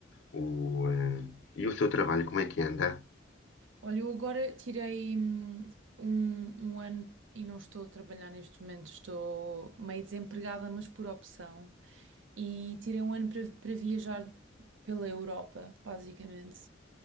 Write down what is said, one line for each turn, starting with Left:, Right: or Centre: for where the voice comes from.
Left: O, eh, e o seu trabalho, como é que anda?
Right: Olha, eu agora tirei hum, um, um ano e não estou a trabalhar neste momento, estou meio desempregada, mas por opção. E tirei um ano para para viajar pela Europa, basicamente.